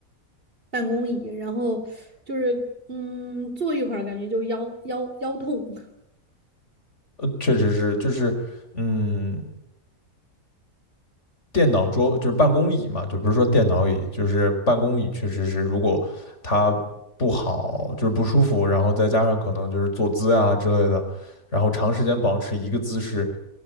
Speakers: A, on the right; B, on the left.
A: 办公椅，然后就是嗯，坐一会儿感觉就腰腰腰痛。<laughs>
B: 确实是，就是嗯，电脑桌就是办公椅嘛，就不是说电脑椅，就是办公椅，确实是如果它不好，就是不舒服，然后再加上可能就是坐姿啊之类的，然后长时间保持一个姿势，